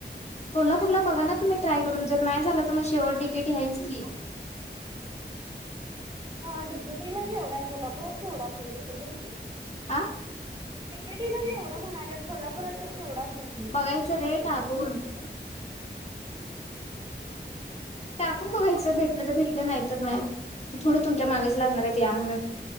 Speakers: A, on the left; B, on the right.
A: कोल्हापूरला बघा ना तुम्ही ट्राय करून जर नाही झाल तर मग शेवट डी के टी आहेच की
B: हा डी के टी लाच एवढं हाय कोल्हापुरात केवढं असलं ग पल्ले
A: आं
B: डी के टी ला एवढं म्हणाल्यात कोल्हापुरात तर केवढ आस <unintelligible>
A: बघायचं रे टाकून टाकून बघायचं भेटलं तर भेटलं नाही तर नाही ते थोडं तुमच्या मागच लागणार आहेत या म्हणून